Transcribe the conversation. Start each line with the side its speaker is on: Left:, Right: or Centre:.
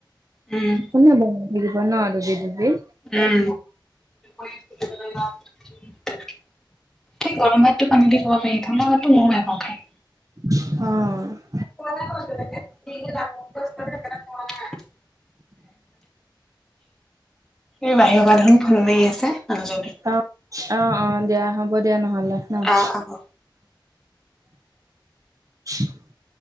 Centre: উম
Right: কোনে বনাই থাকিব নহঁ দুবিধ দুবিধ
Centre: উম সেই গৰমতটো পানী দি গৰমে মো মোৰ নে পা খাই <unintelligible>
Right: অহঁ
Centre: <unintelligible> এই বাহিৰৰ পৰা দেখোন ফোন মাৰি আছে। মানুহজনে।
Right: অ অ অ দিয়া হ'ব দিয়া নহলে নহ
Centre: অ অ।
Right: <unintelligible>